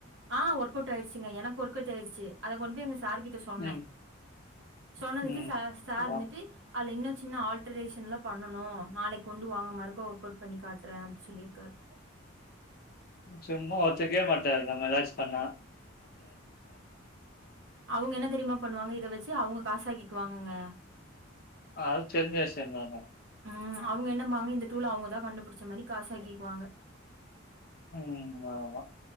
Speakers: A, on the right; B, on the left.
A: ஆ ஒர்க் அவுட் ஆயிடுச்சுங்க எனக்கு ஒர்க் அவுட் ஆயிடுச்சு அத கொண்டுபோய் மிஸ் சார்கிட்ட சொன்னே
B: ம்,
A: சொன்னதுக்கு
B: ம்.
A: ச சார்
B: ஆ.
A: இருந்துட்டு அதுல இன்னு சின்ன ஆல்டரேஷன்லா பண்ணணு நாளை கொண்டு வாங்க மர்கோ ஒர்க் அவுட் பண்ணி காட்டுறே அப்டி சொல்லிருக்கார்
B: சும்மா ஒத்துகவே மாட்டாரு நம்ம ராஜ் சன்னா
A: அவங்க என்ன தெரிமா பண்ணுவாங்க இத வச்சு அவங்க காசாகிக்குவாங்கங்க
B: அது தெரிஞ்ச விஷயந்தான
A: ம் அவங்க என்னபாங்க இந்த டூல அவங்கதா கண்டுபுடிச்ச மாறி காசாகிக்குவாங்க
B: ம் அவ்ளதா